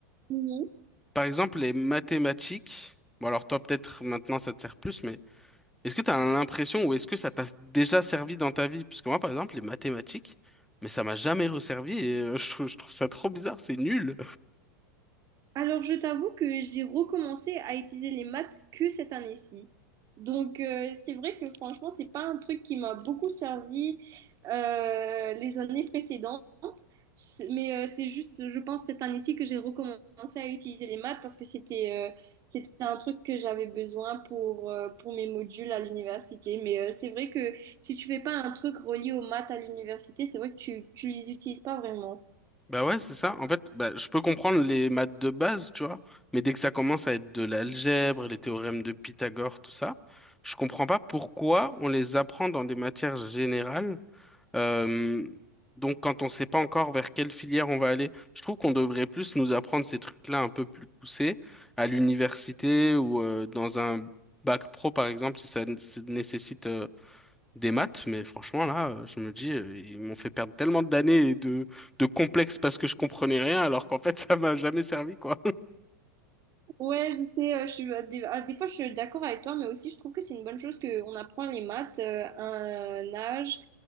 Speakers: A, on the right; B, in the centre.
A: Mhm.
B: par exemple, les mathématiques, bon alors toi peut-être maintenant ça te sert plus, mais est-ce que tu as l'impression ou est-ce que ça t'a déjà servi dans ta vie? Parce que moi, par exemple, les mathématiques, mais ça m'a jamais resservi et euh, <laughs> je trouve, je trouve ça trop bizarre, c'est nul.
A: Alors, je t'avoue que j'ai recommencé à utiliser les maths que cette année-ci. Donc, euh, c'est vrai que franchement, c'est pas un truc qui m'a beaucoup servi euh, les années précédentes. C'est- Mais euh, c'est juste, je pense, cette année-ci que j'ai recommencé à utiliser les maths parce que c'était euh, c'était un truc que j'avais besoin pour, euh, pour mes modules à l'université. Mais euh, c'est vrai que si tu fais pas un truc relié aux maths à l'université, c'est vrai que tu, tu les utilises pas vraiment.
B: Bah ouais, c'est ça. En fait, bah, je peux comprendre les maths de base, tu vois, mais dès que ça commence à être de l'algèbre, les théorèmes de Pythagore, tout ça, je comprends pas pourquoi on les apprend dans des matières générales. euh, donc, quand on sait pas encore vers quelle filière on va aller, je trouve qu'on devrait plus nous apprendre ces trucs-là un peu plus poussés à l'université ou euh, dans un bac pro, par exemple, si ça n- si ça nécessite euh, des maths, mais franchement, là, euh, je me dis, euh, ils m'ont fait perdre tellement d'années et de, de complexes parce que je comprenais rien, alors qu'en fait, <laughs> ça m'a jamais servi, quoi.
A: Ouais, je sais, euh, je suis, euh, des, ah, des fois je suis d'accord avec toi, mais aussi je trouve que c'est une bonne chose qu'on apprend les maths euh, à un âge,